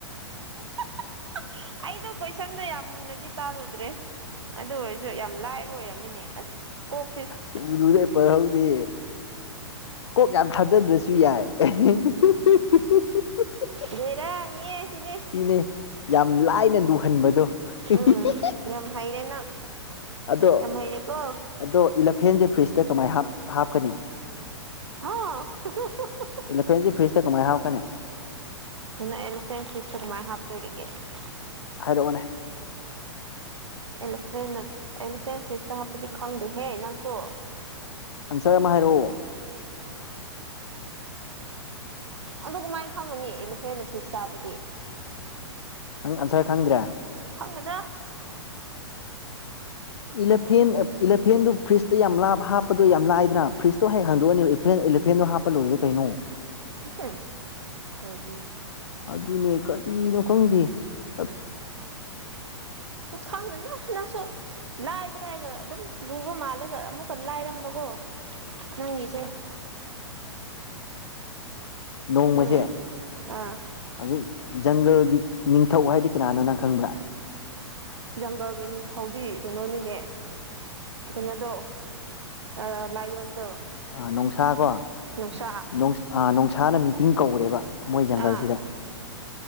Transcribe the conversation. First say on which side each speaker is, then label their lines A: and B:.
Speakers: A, on the right (about 75°); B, on the left (about 65°).
A: ꯍꯥ ꯍꯥ ꯑꯩꯗꯣ ꯀꯣꯏꯁꯟꯗꯣ ꯌꯥꯝ ꯃꯨꯟꯅꯗꯤ ꯇꯥꯜꯔꯨꯗ꯭ꯔꯦ ꯑꯗꯨ ꯑꯣꯏꯔꯁꯨ ꯌꯥꯝꯅ ꯂꯥꯏꯕ ꯑꯣꯏꯔꯝꯃꯤꯅꯦ ꯑꯁ ꯀꯣꯛ ꯁꯦ
B: ꯆꯔꯨꯗꯩ ꯄꯔꯍꯧꯗꯦ ꯀꯣꯛ ꯌꯥꯝ ꯊꯥꯗꯗ꯭ꯔꯁꯨ ꯌꯥꯏ <unintelligible> <unintelligible>
A: ꯕꯦꯔꯥꯅꯤꯌꯦ ꯁꯤꯗꯤ
B: ꯁꯤꯅꯦ ꯌꯥꯝ ꯂꯥꯏꯅ ꯂꯨꯍꯟꯕꯗꯣ ꯍꯤ
A: ꯎꯝ
B: ꯍꯤꯏꯏ
A: ꯌꯥꯝ ꯍꯩꯔꯦ ꯅꯪ
B: ꯑꯗꯣ
A: ꯌꯥꯝ ꯍꯩꯔꯦꯀꯣ
B: ꯑꯗꯣ ꯏꯂꯐꯦꯟꯁꯦ ꯐ꯭ꯔꯤꯖꯇ ꯀꯃꯥꯏ ꯍꯥꯞꯀꯅꯤ ꯍꯥꯞꯀꯅꯤ ꯈꯪꯕꯔꯥ?
A: ꯍꯥꯥꯍꯍꯍꯍ
B: ꯏꯂꯥꯐ꯭ꯔꯦꯟꯁꯤ ꯐ꯭ꯔꯤꯖꯇꯥ ꯀꯃꯥꯏꯅ ꯍꯥꯔꯛꯀꯅꯤ?
A: ꯀꯧꯅꫭ ꯑꯦꯂꯁꯦꯟ ꯐꯔꯤꯖꯇꯥ ꯀꯨꯃꯥꯏ ꯍꯥꯞꯇꯧꯔꯤꯒ°
B: ꯍꯥꯏꯔꯛꯑꯣꯅꯦ
A: ꯑꯦꯂꯤꯐꯦꯟ ꯑꯦꯂꯤꯐꯦꯟꯅ ꯐ꯭ꯔꯤꯖꯇꯥ ꯍꯥꯞꯄꯗꯤ ꯈꯪꯗꯦꯍꯦ ꯅꯪꯁꯨ꯫
B: ꯑꯟꯁꯔ ꯑꯃꯥ ꯍꯥꯏꯔꯛꯑꯣ꯫
A: ꯑꯗꯨ ꯀꯃꯥꯏꯅ ꯈꯪꯉꯅꯤ ꯏꯂꯤꯐꯦꯟꯅ ꯐꯤꯁ ꯆꯥꯕꯗꯤ
B: ꯅꯪ ꯑꯟꯁꯔ ꯈꯪꯗ꯭ꯔꯦ?
A: ꯈꯪꯉꯦꯗꯥ!
B: ꯏꯂꯦꯐꯦꯟ ꯏꯂꯦꯐꯦꯟꯗꯨ ꯐ꯭ꯔꯤꯖꯇ ꯌꯥꯝ ꯂꯥꯏꯅ ꯍꯥꯞꯄꯗꯣ ꯌꯥꯝ ꯂꯥꯏꯅ ꯐ꯭ꯔꯤꯖꯇꯣ ꯍꯦꯛ ꯍꯥꯡꯗꯣꯛꯑꯅꯦꯕ ꯑꯦꯂꯤꯐꯦꯟꯗꯣ ꯍꯥꯞꯄꯥꯒ ꯂꯣꯏꯔꯦ ꯀꯩꯅꯣ
A: ꯍꯨꯝ ꯀꯔꯤ
B: ꯑꯗꯨꯅꯦ ꯀꯔꯤꯅꯣ ꯈꯪꯗꯦ ꯅꯪꯁꯤ
A: ꯈꯪꯗꯦ ꯗꯥ ꯅꯪꯁꯨ ꯔꯨꯕꯔ ꯍꯥꯏꯔꯒ ꯑꯗꯨꯝ ꯂꯨꯕ ꯃꯥꯜꯂꯒ ꯑꯃꯨꯛꯀ ꯂꯥꯏꯔꯝꯕꯀꯣ ꯅꯪꯒꯤꯁꯦ
B: ꯅꯣꯡꯃꯁꯤ
A: ꯎꯝ ꯑꯥ
B: ꯍꯧꯖꯤꯛ ꯖꯪꯒꯜꯒꯤ ꯅꯤꯡꯊꯧ ꯍꯥꯏꯕꯗꯤ ꯀꯅꯥꯅꯣ ꯅꯪ ꯈꯪꯕ꯭ꯔꯥ?
A: ꯖꯪꯒꯜꯒꯤ ꯅꯤꯡꯊꯧꯗꯤ ꯀꯩꯅꯣ ꯅꯤꯅ° ꯗꯥ ꯀꯩꯅꯣꯗꯣ ꯑꯥ ꯂꯥꯏꯌꯣꯟꯗꯣ꯫
B: ꯑꯥꯑ ꯅꫭꯡꯁꯥ ꯀꯣ ꯑꯥ
A: ꯅꯨꯡꯁꯥ
B: ꯅꯣꯡꯁꯥꯅ ꯃꯤꯇꯤꯡ ꯀꯧꯔꯦꯕ ꯃꯣꯏ ꯖꯪꯒꯜꯁꯤꯗ
A: ꯑꯥ